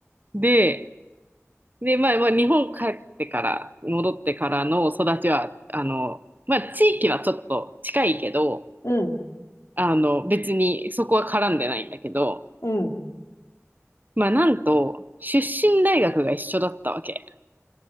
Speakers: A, on the right; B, on the left.
A: で、で、まあ、まあ、日本帰ってから、戻ってからの育ちは、あの、まあ、地域はちょっと近いけど、
B: うん、
A: あの、別にそこは絡んでないんだけど、
B: うん。
A: まあ、なんと、出身大学が一緒だったわけ。